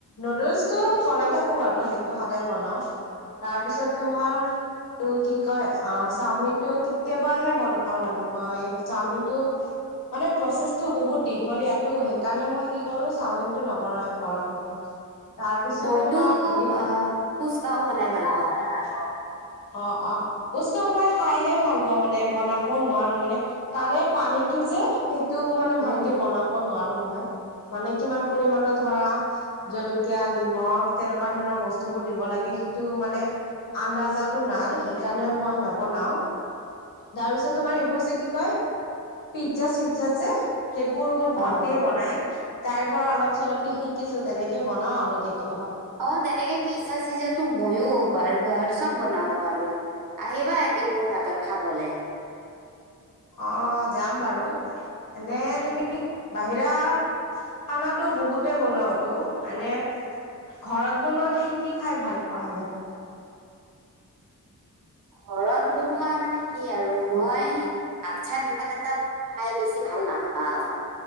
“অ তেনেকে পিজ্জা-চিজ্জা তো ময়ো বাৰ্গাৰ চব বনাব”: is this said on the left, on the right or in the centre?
Right